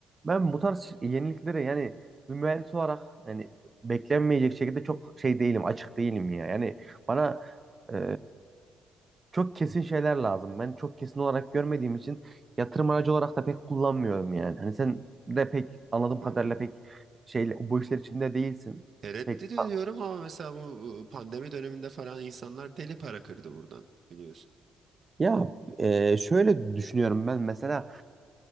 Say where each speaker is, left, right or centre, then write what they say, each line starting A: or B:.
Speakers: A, on the right; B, on the right.
A: ben bu tarz yeniliklere yani bir mühendis olarak yani beklenmeyecek şekilde çok şey değilim açık değilim ya yani bana e, çok kesin şeyler lazım ben çok kesin olarak görmediğim için yatırım aracı olarak da pek kullanmıyorum yani hani sen de pek anladığım
B: Anladım.
A: kadarıyla pek şeyle bu işler içinde değilsin
B: Tereddüt
A: pek
B: ediyorum ama mesela bu e, pandemi döneminde falan insanlar deli para kırdı buradan biliyorsun.
A: ya e, şöyle düşünüyorum ben mesela